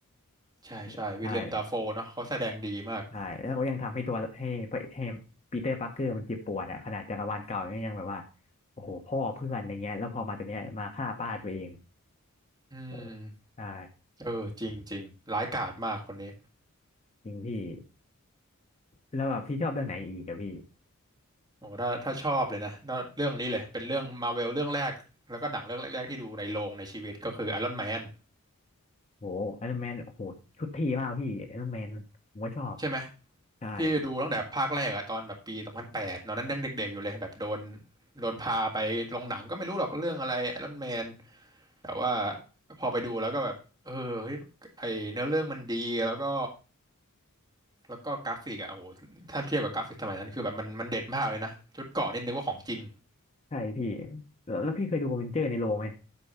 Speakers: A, on the right; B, on the left.
A: ใช่ใช่วิลเลียมดาโฟเนาะเขาแสดงดีมาก
B: ใช่ใช่แล้วก็ยังทำให้ตัวให้พระให้ปีเตอร์ปาร์เกอร์มันเจ็บปวดอะขนาดจักรวาลเก่าเนี่ยยังแบบว่าโอ้โหพ่อเพื่อนอะไรเงี้ยแล้วพอมาตัวเนี้ยมาฆ่าป้าตัวเอง
A: อืม
B: โอ้โหใช่
A: เออจริงจริงร้ายกาจมากคนนี้
B: จริงพี่แล้วแบบพี่ชอบเรื่องไหนอีกอะพี่
A: โอ้ถ้าถ้าชอบเลยนะน่าเรื่องนี้เลยเป็นเรื่องมาเวลเรื่องแรกแล้วก็หนังเรื่องแรกๆที่ดูในโรงในชีวิตก็คือไอรอนแมน
B: โอ้ไอรอนแมนโอ้โหชุดทีมากพี่ไอรอนแมนผมก็ชอบ
A: ใช่ไหม
B: ใช่
A: พี่ดูตั้งแต่ภาคแรกอะตอนแบบปีสองพันแปดตอนนั้นยังเด็กๆอยู่เลยแบบโดนโดนพาไปโรงหนังก็ไม่รู้หรอกเรื่องอะไรไอรอนแมน แต่ว่าพอไปดูแล้วก็แบบเออเฮ้ยไอเนื้อเรื่องมันดีแล้วก็แล้วก็กราฟิกอะโอ้โหถ้าเทียบกับกราฟิกสมัยนั้นคือแบบมันมันเด็ดมากเลยนะชุดเกราะนี่นึกว่าของจริง
B: ใช่พี่แล้วแล้วพี่เคยดูอเวนเจอร์ในโรงไหม